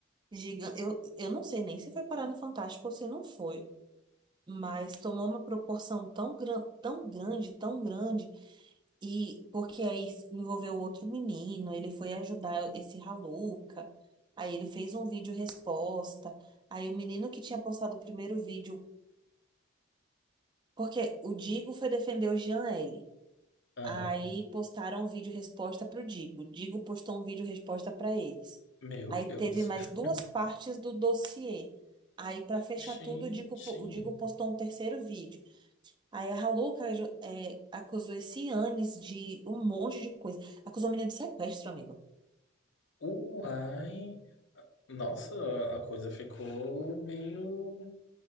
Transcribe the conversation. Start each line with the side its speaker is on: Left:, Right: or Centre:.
Right: Gigante. Eu, eu não sei nem se foi parar no Fantástico ou se não foi, mas tomou uma proporção tão, gran... tão grande, tão grande, e porque aí envolveu outro menino, ele foi ajudar esse Raluca, aí ele fez um vídeo resposta, aí o menino que tinha postado o primeiro vídeo, porque o Digo foi defender o Jean L.
Left: Ah,
Right: Aí postaram um vídeo resposta pro Digo. Digo postou um vídeo resposta para eles.
Left: meu
Right: Aí
Left: Deus.
Right: teve mais
Left: <laughs>
Right: duas partes do dossiê. Aí, para fechar
Left: Gente.
Right: tudo, o Digo, po- o Digo postou um terceiro vídeo. Aí a Haluca é, é, acusou esse Anis de um monte de coisa. Acusou o menino de sequestro, amigo.
Left: Uai. Nossa, a coisa ficou meio